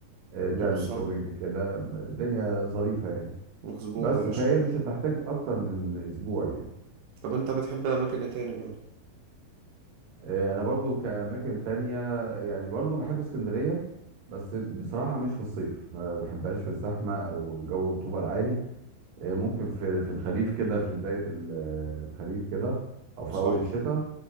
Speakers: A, on the right; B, on the right.
A: آه،
B: أمم،
A: تعمل
B: صح
A: شوبينج كده الدنيا ظريفه يعني
B: مظبوط
A: بس
B: يا باشا
A: فهي مش هتحتاج اكتر من اسبوع يعني
B: طب انت بتحب اماكن ايه تاني برضو
A: آه، انا برضو كاماكن تانية يعني برضو بحب اسكندرية بس بصراحة مش في الصيف ما بحبهاش في الزحمة او جو الرطوبة العالي آه، ممكن في في الخريف كده في بداية ال- آه، الخريف كده أو في
B: صح
A: أول الشتاء